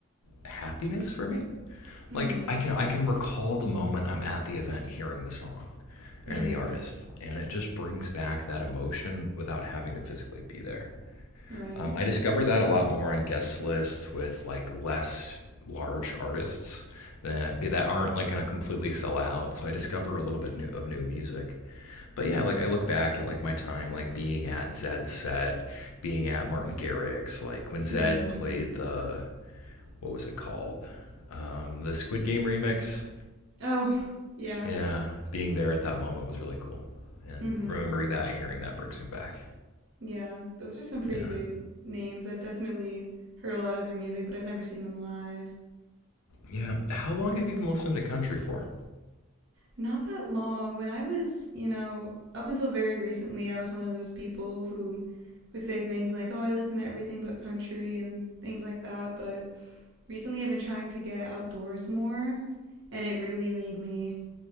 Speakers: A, on the left (about 80°); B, on the right (about 55°).
A: happiness for me.
B: Mm
A: Like
B: hmm.
A: I can I can recall the moment I'm at the event hearing the song
B: Mm
A: and the artist, and it just brings back that emotion without having to physically be there.
B: hmm. Right.
A: Um, I discover that a lot more on guest lists with like less large artists that that aren't like going to completely sell out. So I discover a little bit new, of new music but yeah, like I look back at like my time, like being at Zed's set, being at Martin Garrix, like when Zed
B: Mm hmm.
A: played the what was it called, um, the Squid Game remix.
B: Oh, yeah.
A: Yeah, being there at that moment was really cool, and
B: Mm hmm.
A: remembering that, hearing that brings me back.
B: Yeah. Those are some pretty
A: Yeah,
B: big names. I've definitely heard a lot of their music, but I've never seen them live.
A: yeah. How long have you been listening to country for?
B: Not that long. When I was, you know, up until very recently, I was one of those people who would say things like, oh, I listen to everything but country and things like that. But recently, I've been trying to get outdoors more, and it really made me